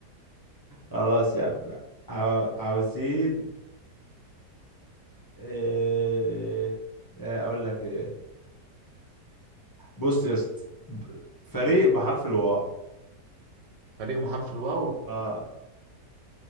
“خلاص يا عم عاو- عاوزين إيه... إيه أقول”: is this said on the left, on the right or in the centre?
Left